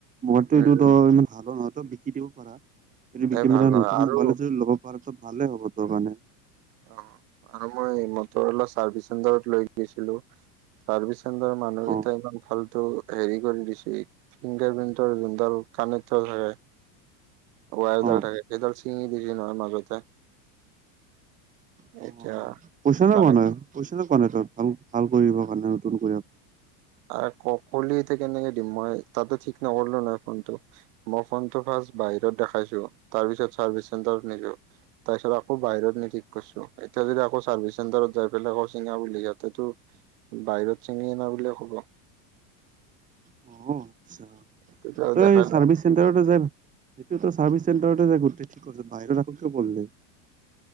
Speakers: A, on the right; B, on the right.
A: মোবাইলতটো
B: উম
A: এইটো তই
B: উম
A: <unintelligible> ভাল হাতত বিকি দিব পাৰা, এইটো বিকি
B: এই ভাল
A: মানে
B: নহয়
A: নতুন
B: আৰু
A: মোবাইল যদি ল'ব <unintelligible> ভালে হ'ব তোৰ কাৰণে।
B: অ', আৰু মই মটৰ অলা চাৰ্ভিচ চেণ্টাৰত লৈ গৈছিলোঁ। চাৰ্ভিচ চেণ্টাৰৰ মানুহকেইটা
A: অ',
B: ইমান ভালতটো হেৰি কৰি দিছে ফিংগাৰ প্ৰিণ্টৰ যোনডাল কানেক্ট <unintelligible> ৱাৰ এডাল
A: অ'।
B: থাকে, সেইডাল ছিঙি <unintelligible> নহয় মাজতে।
A: <inaudible>
B: এতিয়া কানেক্ট আৰে <unintelligible> এতিয়া কেনেকে দিম মই, তাতো ঠিক নকৰিলো নহয় ফোনটো। মই ফোনটো ফাষ্ট বাহিৰত দেখাইছোঁ, তাৰপিছত চাৰ্ভিচ চেণ্টাৰত নিছোঁ। তাৰপিছত আকৌ বাহিৰত নি ঠিক কৰিছোঁ, এতিয়া যদি আকৌ চাৰ্ভিচ চেণ্টাৰত যাই পেলাই আকৌ চিঙা বুলি সিহঁতেতো বাহিৰত চিঙি অনা বুলিয়ে ক'ব।
A: অই,
B: তেতিয়া দেখাই লাভ
A: চাৰ্ভিচ <inaudible>